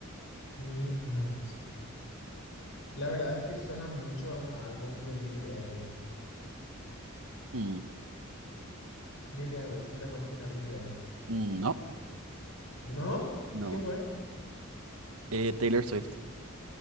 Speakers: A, on the left (about 65°); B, on the right (about 85°).
A: Midnights. La verdad es que suena mucho a un álbum de Billie Eilish.
B: Mm,
A: Billie Eilish, mi respuesta final es Billie Eilish.
B: Mm, No,
A: ¿No?
B: no.
A: ¿Quién fue?
B: Eh, Taylor Swift.